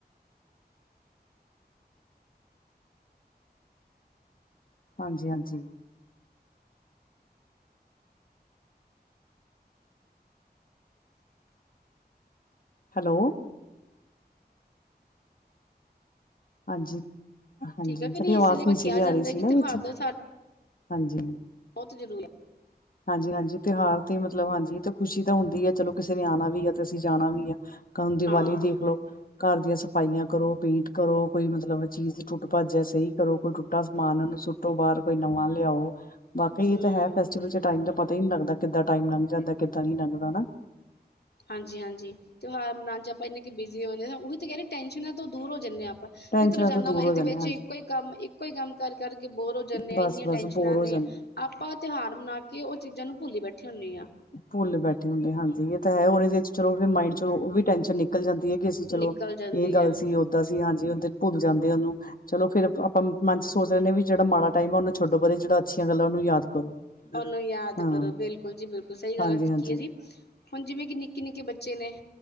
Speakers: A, on the left; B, on the left.
A: ਹਾਂਜੀ ਹਾਂਜੀ ਹੈਲੋ ਹਾਂਜੀ ਹਾਂਜੀ
B: ਠੀਕ ਹੈ ਕਿ
A: ਸਾਡੀ ਆਵਾਜ਼
B: ਇਸ ਲਈ ਆਪਾਂ
A: ਨਹੀਂ ਸਹੀ
B: ਕਿਹਾ
A: ਆ
B: ਜਾਂਦਾ
A: ਰਹੀ ਸੀ
B: ਕਿ
A: ਨਾ
B: ਤਿਉਹਾਰ
A: ਵਿੱਚ
B: ਦਾ ਸਾਡਾ
A: ਹਾਂਜੀ
B: ਬਹੁਤ ਜ਼ਰੂਰੀ
A: ਹਾਂਜੀ ਹਾਂਜੀ ਤਿਉਹਾਰ ਤੇ ਮਤਲਬ ਹਾਂਜੀ ਤੇ ਖੁਸ਼ੀ ਤਾਂ ਹੁੰਦੀ ਹੈ ਚਲੋ ਕਿਸੇ ਨੇ ਆਉਣਾ ਵੀ ਹੈ ਤੇ ਅਸੀਂ ਜਾਣਾ ਵੀ ਆ ਹੁਣ ਦੀਵਾਲੀ
B: ਹਾਂ।
A: ਦੇਖ ਲੋ ਘਰ ਦੀਆਂ ਸਫਾਈਆਂ ਕਰੋ ਪੇਂਟ ਕਰੋ ਕੋਈ ਮਤਲਬ ਚੀਜ਼ ਟੁੱਟ ਭੱਜਿਆ ਸਹੀ ਕਰੋ ਕੋਈ ਟੁੱਟਾ ਸਮਾਨ ਸੁੱਟੋ ਬਾਹਰ ਕੋਈ ਨਵਾਂ ਲਿਆਓ ਬਾਕੀ
B: ਹੂੰ।
A: ਇਹ ਤਾਂ ਹੈ ਫੈਸਟੀਵਲ ਚ ਟਾਈਮ ਦਾ ਪਤਾ ਹੀ ਨਹੀਂ ਲਗਦਾ ਕਿੱਦਾਂ ਟਾਈਮ ਲੰਗ ਜਾਂਦਾ ਕਿੱਦਾਂ ਨਹੀਂ ਲੰਘਦਾ
B: ਹਾਂਜੀ ਹਾਂਜੀ <unintelligible> ਆਪਾਂ ਇ ਕਿ ਬਿਜ਼ੀ ਹੁੰਦੇ ਉਹੀ ਤਾਂ ਕਹਿ ਟੈਨਸ਼ਨ ਹੈ ਤਾਂ ਦੂਰ ਹੋ ਜਾਂਦੇ ਹਾਂ ਆਪਾਂ
A: ਟੈਨਸ਼ਨਾਂ
B: ਜਿੱਥ ਰੋਜ਼ਾਨਾ
A: ਤੋਂ ਦੂਰ
B: ਲਾਈਫ
A: ਹੋ
B: ਦੇ
A: ਜਾਂਦੇ
B: ਵਿੱਚ
A: ਹਾਂ, ਹਾਂਜੀ
B: ਇੱਕੋ ਈ ਇੱਕੋ ਹੀ ਕੰਮ ਕਰ ਕਰਕੇ ਬੋਰ ਹੋ ਜਾਂਦੇ
A: ਬਸ-ਬਸ
B: ਆ ਇੰਨੀਆਂ ਟੈਂਨਸ਼ਨਾਂ
A: ਬੋਰ
B: ਨੇ
A: ਹੋ ਜਾਂਦੇ
B: ਆਪਾਂ ਤਿਉਹਾਰ ਮਨਾ ਕੇ ਉਹ ਚੀਜ਼ਾਂ ਨੂੰ ਭੁੱਲ ਬੈਠੇ ਹੁੰਦੇ ਹਾਂ।
A: ਭੁੱਲ ਬੈਠੇ ਹੁੰਦੇ ਹਾਂਜੀ ਇਹ ਤਾਂ ਹੈ ਉਹਦੇ ਚਲੋ ਫਿਰ ਮਾਇੰਡ ਚ ਉਹ ਵੀ ਟੈਨਸ਼ਨ ਨਹੀਂ ਨਿਕਲ ਜਾਂਦੀ ਹੈ ਕਿ ਅਸੀਂ ਚਲੋ
B: ਨਿਕਲ ਜਾਂਦੀ
A: ਇਹ ਗੱਲ
B: ਆ।
A: ਸੀ। ਸੀ ਹਾਂਜੀ ਉਹਦੇ ਚ ਭੁੱਲ ਜਾਂਦੇ ਉਹਨੂੰ ਚਲੋ ਫਿਰ ਚ ਸੋਚ ਰਹੇਦੇ ਵੀ ਜਿਹੜਾ ਮਾੜਾ ਟਾਈਮ ਆ ਉਹਨੂੰ ਛੱਡੋ ਪਰੇ ਜਿਹੜਾ ਅੱਛੀਆਂ ਗੱਲਾਂ ਉਹਨੂੰ ਯਾਦ ਕਰੋ
B: ਉਨੂੰ ਯਾਦ
A: ਹਾਂ
B: ਕਰੋ ਬਿਲਕੁਲ ਜੀ ਬਿਲਕੁਲ ਸਹੀ ਗੱਲ
A: ਹਾਂਜੀ
B: ਆਖੀਏ
A: ਹਾਂਜੀ
B: ਜੀ ਹੁਣ ਜਿਵੇਂ ਕਿ ਨਿੱਕੇ ਨਿੱਕੇ ਬੱਚੇ ਨੇ